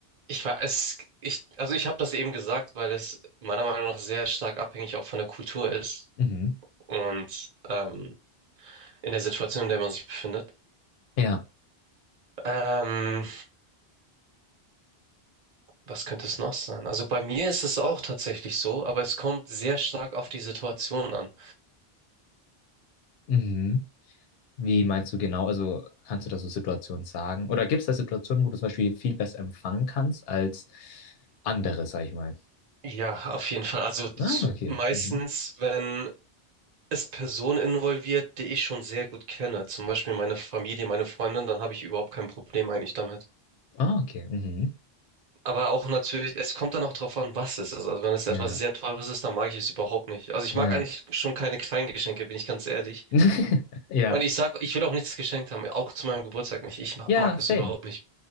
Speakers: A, on the right; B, on the left.
A: ich war es, ich, also ich habe das eben gesagt, weil es meiner Meinung nach sehr stark abhängig auch von der Kultur ist
B: Mhm.
A: und ähm, in der Situation, in der man sich befindet.
B: Ja.
A: Ähm, was könnte es noch sein? Also bei mir ist es auch tatsächlich so, aber es kommt sehr stark auf die Situation an.
B: Mhm. Wie meinst du genau? Also kannst du da so Situationen sagen? Oder gibt es da Situationen, wo du zum Beispiel viel besser empfangen kannst als andere, sag ich mal?
A: Ja, auf jeden Fall. Also zu,
B: Ah, okay.
A: meistens,
B: Mhm.
A: wenn es Personen involviert, die ich schon sehr gut kenne, zum Beispiel meine Familie, meine Freundin, dann habe ich überhaupt kein Problem eigentlich damit.
B: Ah, okay. Mhm.
A: Aber auch natürlich, es kommt dann auch drauf an, was es ist. Also wenn es
B: Ja,
A: etwas sehr Teures ist, dann mag ich es überhaupt nicht. Also ich
B: ja.
A: mag eigentlich schon keine kleinen Geschenke, bin ich ganz ehrlich.
B: <laughs> Ja.
A: Und ich sag, ich will auch nichts geschenkt haben, auch zu meinem Geburtstag nicht. Ich ma-
B: Ja,
A: mag
B: same.
A: es überhaupt nicht.